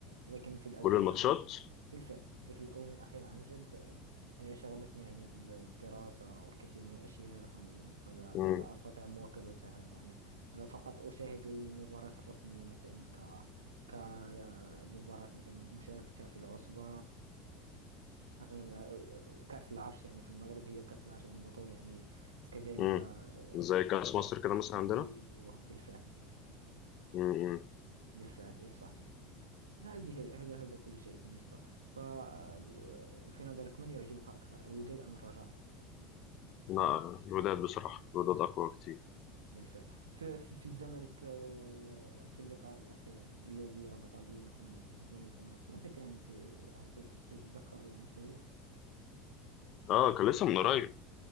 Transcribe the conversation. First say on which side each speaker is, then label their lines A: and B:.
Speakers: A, on the right; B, on the left.
A: لكن في الآونة
B: كل الماتشات
A: الأخيرة بالفعل لكن الآونة الأخيرة عن جد آه، شغلتني يعني الدراسة والكثير من الأشياء فن- فلا,
B: امم
A: فلا أستطيع مواكبتها يعني آه، فقط أشاهد المباراة الرسمية مثلا ك كالمباراة مثلا مشاركتها في العصبة آه، آه، كأس العرش يعني في المغرب هي كأس العرش يعني بطولة يعني كذلك
B: امم
A: آه،
B: زي كاس مصر كده مثلا عندنا
A: أيوه بالفعل
B: امم
A: بالفعل إيه صحيح هذه هذا هذا كل شيء بالنسبة ف آه، في نظرك من يعجبك أكثر الوداد أم الرجاء
B: لا الولاد بصراحه الولاد اقوى كتير
A: بالفعل في, في, في الزمالك آه، في اللقاء الأخير الذي ربط بينكم وبين الزمالك متى كان في هل تت- تتذكر يعني التاريخ
B: اه كان لسه من قريب